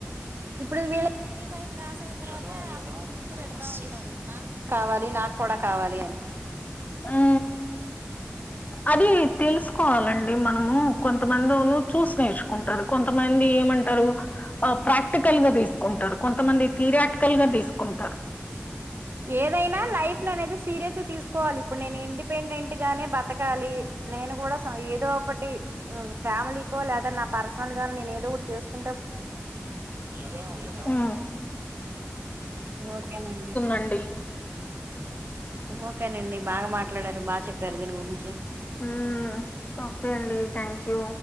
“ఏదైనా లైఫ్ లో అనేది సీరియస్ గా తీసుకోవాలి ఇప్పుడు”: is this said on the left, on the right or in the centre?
Right